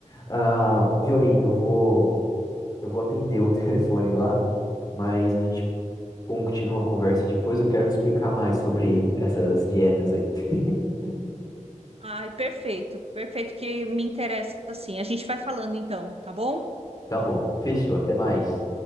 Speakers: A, on the left; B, on the right.
A: Ah, Violine, eu vou, eu vou atender um <laughs> telefone lá, mas a gente continua a conversa depois. Eu quero te explicar mais sobre essas dietas aí. <laughs>
B: Ai, perfeito, perfeito que me interessa assim. A gente vai falando então, tá bom?
A: Tá bom, fechou, até mais.